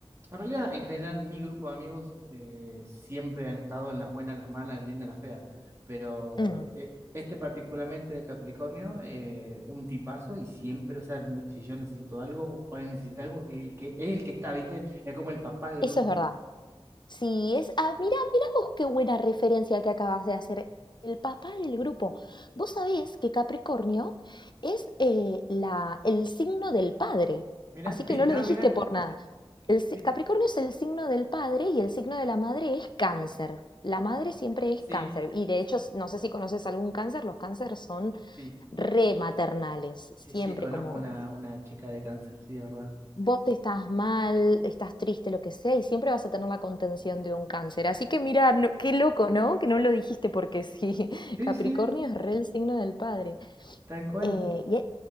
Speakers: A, on the right; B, on the left.
A: en realidad, en general, mi grupo de amigos eh, siempre han estado en las buenas, en las malas, en las lindas, en las feas. Pero
B: Mm,
A: eh, este particularmente de Capricornio eh, es un tipazo y siempre, o sea, no- si yo necesito algo o alguien necesita algo, el que, el que está, ¿viste? Es como el papá del
B: Eso
A: grupo.
B: es verdad. Sí, es. Ah, mira, mira vos qué buena referencia que acabas de hacer. El papá del grupo. Vos sabés que Capricornio es eh, la, el signo del padre.
A: Mira,
B: Así
A: ¿viste?
B: que no lo
A: No,
B: dijiste
A: mira,
B: por nada. El, si-
A: ¿viste?
B: Capricornio es el signo del padre y el signo de la madre es cáncer. La madre siempre es
A: Sí,
B: cáncer. Y de hecho, no sé si conoces algún cáncer, los cánceres son
A: sí,
B: rematernales. Siempre
A: sí, sí, conozco
B: como
A: una, una chica de cáncer, sí, es verdad.
B: vos estás mal, estás triste, lo que sea, y siempre vas a tener la contención de un cáncer. Así que mira, no- qué loco, ¿no? Que no lo dijiste porque sí, <laughs>
A: Sí,
B: Capricornio
A: sí,
B: es re el signo del padre.
A: tal cual,
B: Eh, y, e-